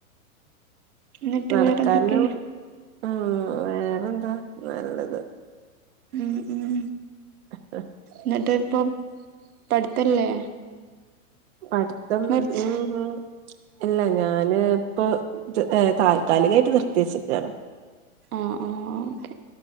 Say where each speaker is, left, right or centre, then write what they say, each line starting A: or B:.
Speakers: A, on the right; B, on the right.
A: എന്നിട്ട്
B: നടക്കാനും
A: വേറെന്തൊക്കെ
B: ആ വേറെന്താ നല്ലത്
A: ഉം ഉം
B: <inaudible>
A: എന്നിട്ട് ഇപ്പൊ പഠിത്തല്ലേ
B: പഠിത്തം
A: നിർത്തി
B: ഉം ഉം ഇല്ല ഞാന് ഇപ്പൊ താൽക്കാലികായിട്ട് നിർത്തിവച്ചിക്കയാണ്
A: ആ ആ ഓക്കെ